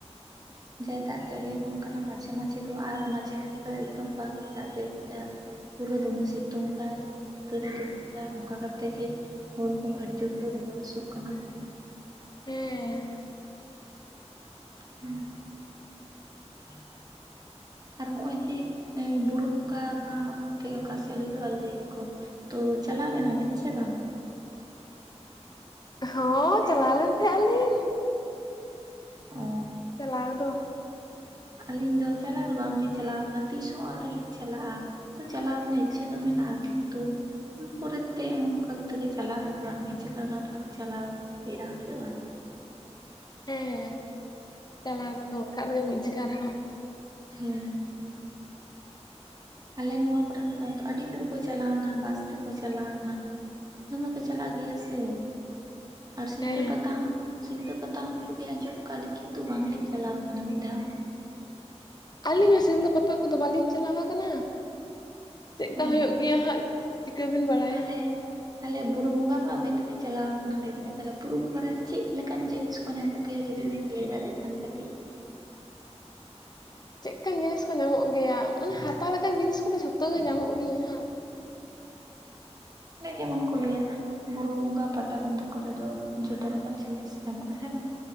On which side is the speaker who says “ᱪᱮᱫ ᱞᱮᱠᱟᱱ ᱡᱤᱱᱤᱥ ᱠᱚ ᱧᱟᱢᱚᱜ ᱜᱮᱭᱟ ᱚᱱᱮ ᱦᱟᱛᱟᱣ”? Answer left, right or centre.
Left